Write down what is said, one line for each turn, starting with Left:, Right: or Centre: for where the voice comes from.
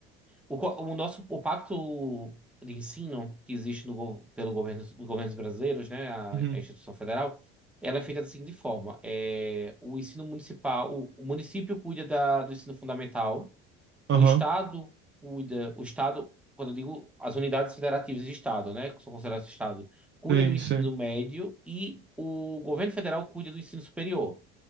Centre: O, co- o nosso o pacto de ensino que existe no, gov- pelo governo, os governos brasileiros, né, a,
Right: Uhum.
Centre: a instituição federal, ela é feita da seguinte forma: é, o ensino municipal, o, o município cuida da, do ensino fundamental,
Right: Aham.
Centre: o estado cuida, o estado, quando eu digo as unidades federativas de estado, né, que são consideradas estado, cuida
Right: Sim,
Centre: do ensino
Right: sim.
Centre: médio e o governo federal cuida do ensino superior.